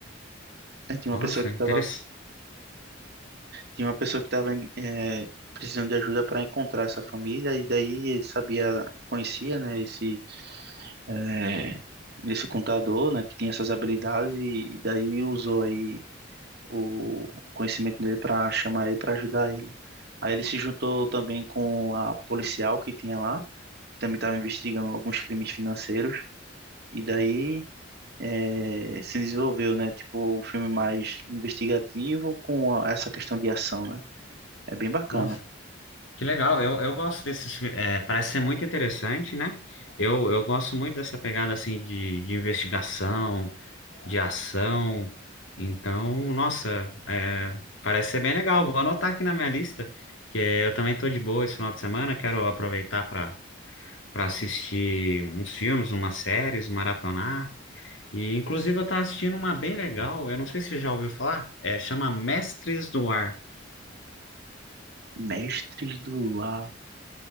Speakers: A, on the right; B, on the left.
A: Aí tinha uma
B: Nossa,
A: pessoa que
B: interessante.
A: estava Tinha uma pessoa que estava precisando de ajuda para encontrar essa família, e daí ele sabia, conhecia, né, esse, é, esse contador, né, que tinha essas habilidades, e, e daí usou aí o conhecimento dele para chamar ele, para ajudar ele. Aí ele se juntou também com a policial que tinha lá, que também estava investigando alguns crimes financeiros, e daí eh, se desenvolveu, né? Tipo, um filme mais investigativo com essa questão de ação, né? É bem bacana.
B: nossa Que legal, eu, eu gosto desses, fi- é, parece ser muito interessante, né? Eu, eu gosto muito dessa pegada assim de, de investigação, de ação. Então, nossa, é, parece ser bem legal. Vou anotar aqui na minha lista, que eu também tô de boa esse final de semana, quero aproveitar para para assistir uns filmes, umas séries, maratonar. E inclusive eu tava assistindo uma bem legal, eu não sei se você já ouviu falar, é, chama Mestres do Ar.
A: Mestres do Lar.